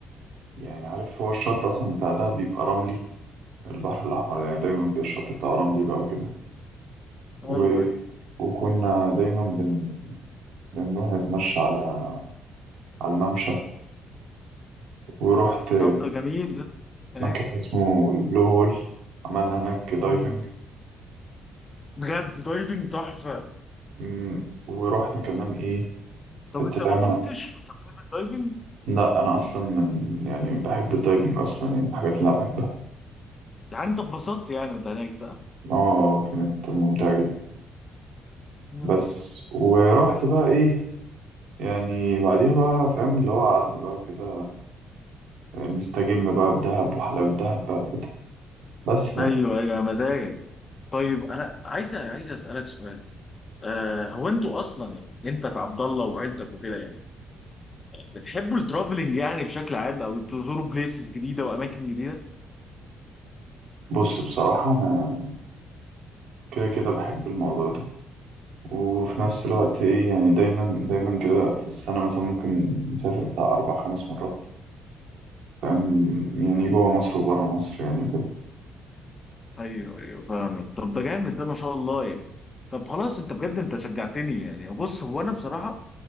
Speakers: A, on the right; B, on the left.
A: يعني عارف هو الشط أصلا بتاع دهب بيبقى رملي البحر الأحمر يعني دايما بيبقى الشط بتاعه رملي بقى وكده
B: ايوه
A: و...
B: ايوه
A: وكنا دايما بن... بنروح نتمشى على على الممشى ورحت
B: طب ده جميل ده ايوه
A: مكان اسمه البلو هول عملنا هناك دايفنج
B: أمم. بجد دايفنج تحفه
A: مم. ورحنا كمان ايه
B: طب
A: طلعنا
B: انت ما خفتش في الدايفنج
A: لا انا اصلا من يعني بحب الدايفنج اصلا يعني من الحاجات اللي انا بحبها
B: يعني انت اتبسطت يعني وانت هناك صح؟
A: اه كانت ممتعة جدا
B: أمم.
A: بس ورحت بقى ايه يعني بعديها بقى فاهم اللي هو قعدنا بقى وكده نستجم بقى بدهب وحلاوة دهب بقى وكده بس بقى
B: ايوه ايوه مزاجك طيب انا عايز عايز اسالك سؤال آه هو انتوا اصلا يعني انت كعبد الله وعيلتك وكده يعني بتحبوا الترافلينج يعني بشكل عام او تزوروا بليسز جديده واماكن جديده
A: بص بصراحة أنا كده كده بحب الموضوع ده وفي نفس الوقت إيه يعني دايما دايما كده في السنة مثلا ممكن نسافر بتاع أربع خمس مرات فاهم يعني جوه مصر وبره مصر يعني وكده
B: ايوه ايوه فاهمك طب ده جامد ده ما شاء الله يعني طب خلاص انت بجد انت شجعتني يعني بص هو انا بصراحه